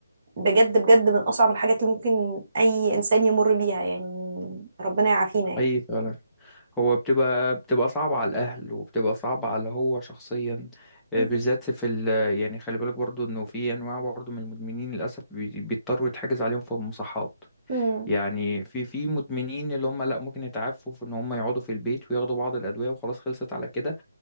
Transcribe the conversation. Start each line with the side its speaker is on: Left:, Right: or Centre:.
Right: بجد بجد من اصعب الحاجات اللي ممكن اي انسان يمر بيها يعني ربنا يعافينا يعني
Centre: اي فعلا هو بتبقى بتبقى صعبة على الاهل وبتبقى صعبة على هو شخصيا آه،
Right: مهم.
Centre: بالذات في ال يعني خلي بالك برضو انه في انواع برضو من المدمنين للاسف بي- بيضطروا يتحجز عليهم في المصحات
Right: مم.
Centre: يعني في في مدمنين اللي هم لا ممكن يتعافوا في ان هم يقعدوا في البيت وياخدوا بعض الادوية وخلاص خلصت على كده